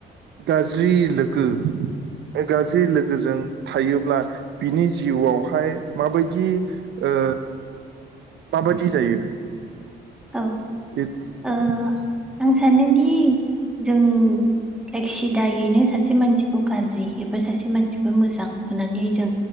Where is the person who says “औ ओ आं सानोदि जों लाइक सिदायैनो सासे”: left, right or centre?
Centre